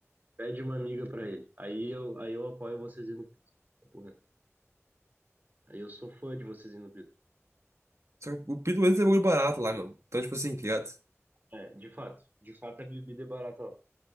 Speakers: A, on the right; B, on the right.
A: Pede uma amiga pra ele. Aí eu, aí eu apoio vocês indo no Pito. Papo reto. Aí eu sou fã de vocês indo no Pito.
B: Só que o Pito mesmo é um bagulho barato lá, meu. Então, tipo assim, tá ligado?
A: É, de fato. De fato, a bebida é barata lá.